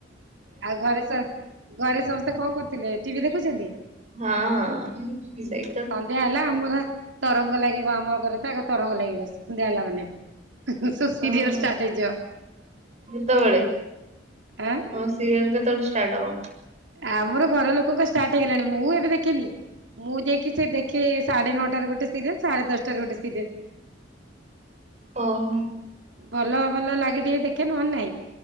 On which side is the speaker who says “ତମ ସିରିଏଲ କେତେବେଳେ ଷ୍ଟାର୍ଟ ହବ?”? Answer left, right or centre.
Right